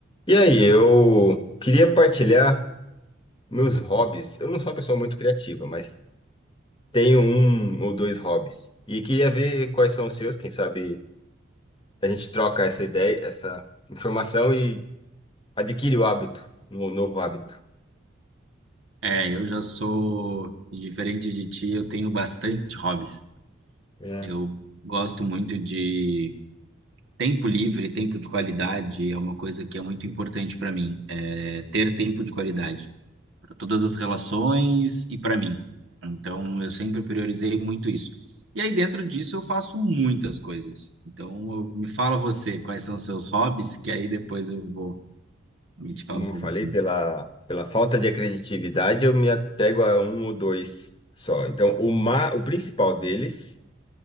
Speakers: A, on the left; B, on the right.
A: E aí, eu queria partilhar meus hobbies. Eu não sou uma pessoa muito criativa, mas tenho um ou dois hobbies. E queria ver quais são os seus, quem sabe a gente troca essa ideia, essa informação e adquire o hábito, um novo hábito.
B: É, eu já sou diferente de ti, eu tenho bastante hobbies.
A: É.
B: Eu gosto muito de tempo livre, tempo de qualidade, é uma coisa que é muito importante para mim, é ter tempo de qualidade para todas as relações e para mim. Então, eu sempre priorizei muito isso. E aí, dentro disso, eu faço muitas coisas. Então, eu- me fala você, quais são os seus hobbies, que aí depois eu vou me
A: E
B: te falo
A: Como
B: um pouco
A: eu falei,
B: dos
A: pela, pela falta de criatividade, eu me apego a um ou dois só. Então, o, ma, o principal deles